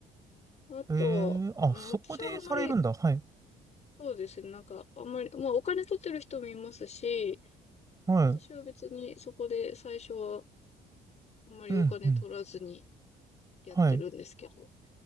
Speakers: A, on the left; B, on the right.
A: あとは、
B: えー、あ、
A: うん私はあんまり、
B: そこでされるんだ。はい。
A: そうですね。なんか、あんまり、まあお金取ってる人もいますし、
B: はい。
A: 私は別にそこで最初はあんまりお金取らずに
B: うん、うん。
A: やってるんですけど、
B: はい。う